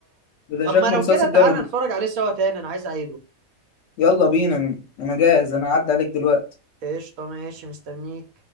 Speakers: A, on the left; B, on the right.
A: ده
B: طب
A: شكله
B: ما لو
A: مسلسل
B: كده تعالى
A: جامد
B: نتفرج عليه سوا تاني انا عايز اعيده
A: يلا بينا انا أنا جاهز انا عدى عليك دلوقتي
B: قشطة ماشي مستنيك